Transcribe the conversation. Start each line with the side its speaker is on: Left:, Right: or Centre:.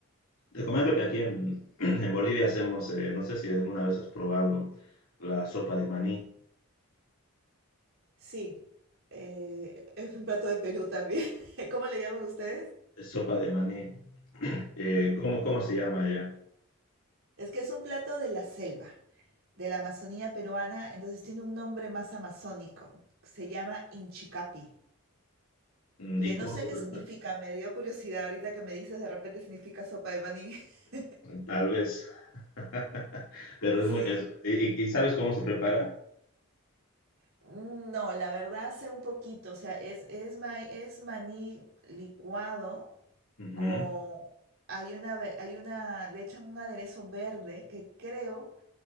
Left: te comento que aquí en, <clears throat> en Bolivia hacemos, eh, no sé si alguna vez has probado la sopa de maní.
Right: Sí, eh, es un plato de Perú también. <laughs> ¿Cómo le llaman ustedes?
Left: Es Sopa de maní. Eh, ¿cómo, cómo se llama allá?
Right: Es que es un plato de la selva, de la Amazonía peruana, entonces tiene un nombre más amazónico. Se llama Inchicapi,
Left: Mm,
Right: que
Left: ¿Y
Right: no
Left: cómo
Right: sé
Left: se
Right: qué
Left: prepara?
Right: significa, me dio curiosidad ahorita que me dices, de repente significa sopa de maní. <laughs>
Left: Tal vez. <laughs> Pero
Right: Sí.
Left: es muy... es- y, y- y sabes cómo se prepara?
Right: No, la verdad sé un poquito, o sea, es, es, ma- es maní licuado
Left: Ujú.
Right: con... Hay una, ve- hay una, le echan un aderezo verde que creo